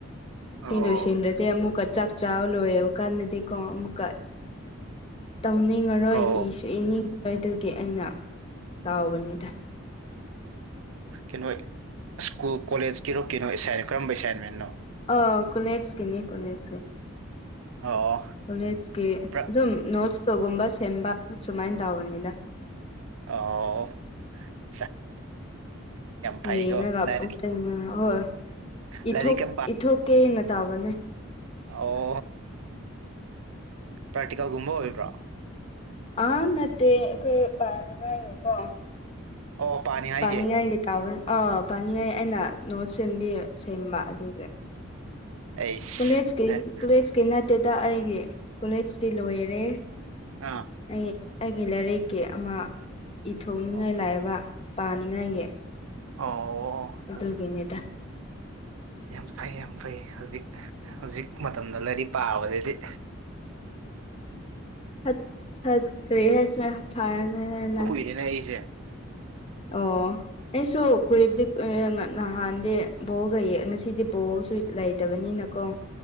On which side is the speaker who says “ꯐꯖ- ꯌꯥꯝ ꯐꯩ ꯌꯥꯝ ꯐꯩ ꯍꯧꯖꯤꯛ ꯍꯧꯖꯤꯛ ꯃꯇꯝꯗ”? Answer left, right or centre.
Right